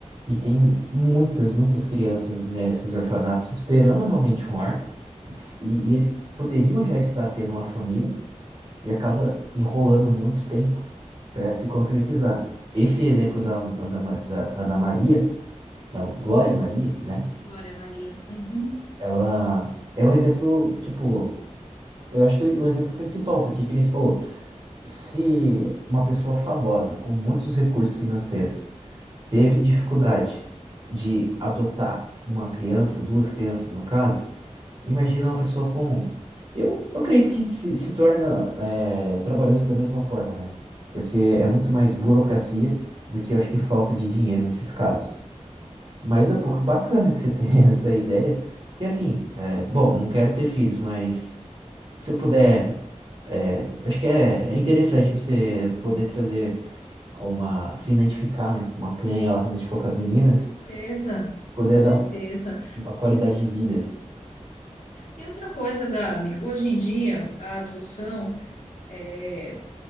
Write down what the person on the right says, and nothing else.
e tem muitas, muitas crianças nesses orfanatos esperando realmente um lar, s- e e eles poderiam já estar tendo uma família, e acaba
enrolando muito tempo para se concretizar. Esse exemplo da, da, Ma- da, da Maria, da Glória Maria, né?
Ela é um exemplo, tipo, eu acho que é o exemplo principal, porque, que nem você falou, se uma pessoa famosa com muitos recursos financeiros teve dificuldade de adotar uma criança, duas crianças no caso, Imagina uma pessoa comum. Eu, eu acredito que se, se torna é, trabalhoso da mesma forma, né? Porque é muito mais burocracia do que eu acho que falta de dinheiro nesses casos. Mas é pouco bacana que você <laughs> tenha essa ideia. Porque assim, é, bom, não quero ter filhos, mas se eu puder, é, acho que é, é interessante você poder trazer uma, se identificar, né? Uma criança, ela se identificou com as meninas,
e poder
dar um- uma qualidade de vida.